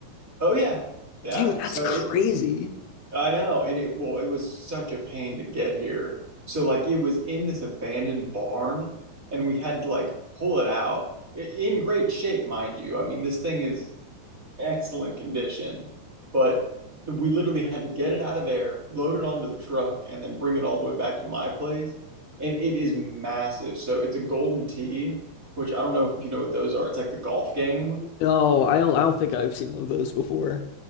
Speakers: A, on the right; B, on the left.
A: Oh yeah. Yeah.
B: Dude, that's
A: So
B: crazy.
A: it I know, and it well, it was such a pain to get here. So like it was in this abandoned barn, and we had to like pull it out I- in great shape, mind you. I mean, this thing is excellent condition, but we literally had to get it out of there, load it onto the truck, and then bring it all the way back to my place. And it is massive. So it's a golden tee, which I don't know if you know what those are. It's like the golf game.
B: No, I don't I don't think I've seen one of those before.